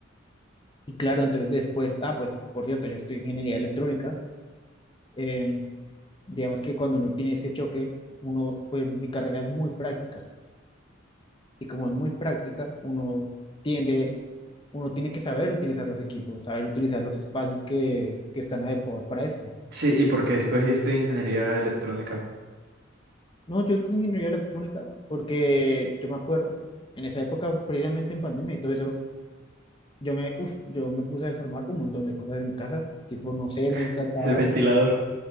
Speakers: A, on the left (about 25°); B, on the right (about 55°).
A: Y claro, entonces después, ah, pues por cierto, yo estoy en ingeniería electrónica. eh, digamos que cuando uno tiene ese choque, uno, pues mi carrera es muy práctica. Y como es muy práctica, uno tiende, uno tiene que saber utilizar los equipos, saber utilizar los espacios que, que están adecuados para esto.
B: Sí, ¿y por qué escogiste ingeniería electrónica?
A: No, yo estoy en ingeniería electrónica porque yo me acuerdo, en esa época, precisamente en pandemia y todo eso, yo me, uf, yo me puse a desarmar un montón de cosas en mi casa. Tipo, no sé, me encantaba
B: <laughs> El ventilador,